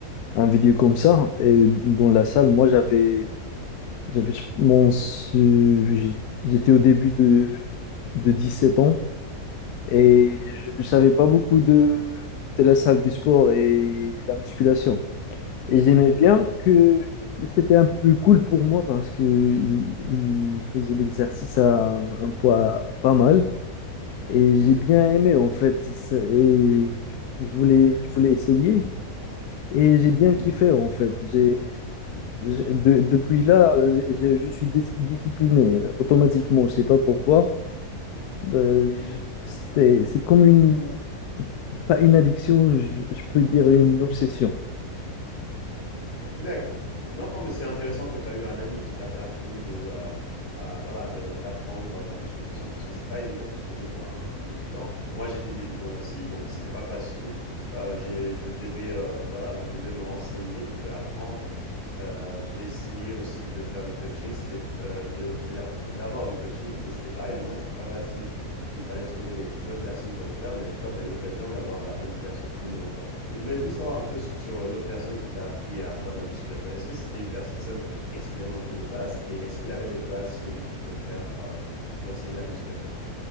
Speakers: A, on the left; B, on the left.
A: un vidéo comme ça et dans la salle,
B: mh.
A: moi j'avais J'avais, je pense, euh, j'ai- j'étais au début de, de dix sept ans et
B: Mmh mh.
A: je, je savais pas beaucoup de, de la salle du sport et la musculation. Et j'aimais
B: Mmh
A: bien
B: mh.
A: que c'était un peu cool pour moi parce que il, il faisait l'exercice à un un poids pas mal et j'ai
B: Mmh
A: bien aimé en fait. Ça- Et je voulais, je voulais essayer. Et j'ai bien
B: Mmh
A: kiffé en fait. J'ai, j'ai- de- depuis là, euh, j'ai- je suis dis- discipliné euh, automatiquement. Je sais pas pourquoi. Euh,
B: Mmh
A: c'est, c'est comme une, pas une addiction, je, je peux dire une obsession.
B: D'accord. Non, mais c'est intéressant que tu as eu un ami qui t'a permis de, heu heu, voilà, de d'apprendre la musculation parce que c'est pas évident, surtout pour un débutant. Moi, j'étais débutant aussi, donc c'était pas facile. Heu, j'ai je devais, heu, voilà, je devais me renseigner, je devais apprendre. Euh, j'ai essayé aussi de faire du coaching, c'était euh, de, je vais dire d'avoir du coaching, mais c'était pas évident, c'était pas facile. Il fallait trouver les bonnes personnes pour le faire, mais toi, tu as eu l'occasion d'avoir la bonne personne devant toi. Et je voulais juste savoir un peu sur l'autre personne qui t'a appris à faire de la musculation. Est-ce que c'était une personne expérimentée de base et est-ce qu'il avait les bases solides pour faire, euh, pour t'enseigner la musculation